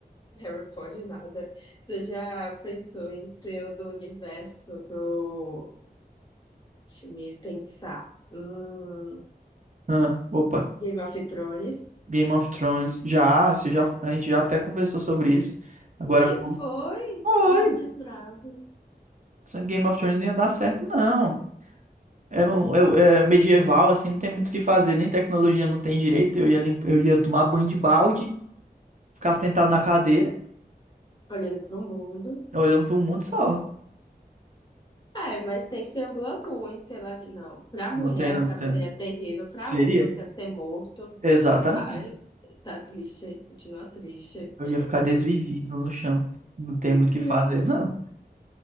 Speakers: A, on the left (about 25°); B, on the right (about 50°).
A: Harry Potter, nada. Você já pensou em ser o do universo do. Deixa me pensar. Hum,
B: Ah, opa.
A: Game of Thrones?
B: Game of Thrones. Já, você já, a gente já até conversou sobre isso. Agora,
A: E
B: pô.
A: foi!
B: Oi!
A: Ai, não lembrava.
B: Essa Game of Thrones não ia dar certo, não. É, um- é- é medieval, assim, não tem muito o que fazer. Nem tecnologia não tem direito. Eu ia, limp- eu ia tomar banho de balde, ficar sentado na cadeira,
A: Olhando pro mundo.
B: olhando pro mundo só.
A: É, mas tem seu glamour em sei lá de. Não, pra mulher,
B: Não tem, não
A: pra
B: tem.
A: mim seria terrível. Pra
B: Seria?
A: homem, você ia ser morto.
B: Exatamente.
A: Ai, tá triste, hein? Continua triste.
B: Eu ia ficar desvivido no chão. Não tem
A: <laughs>
B: muito o que fazer, não.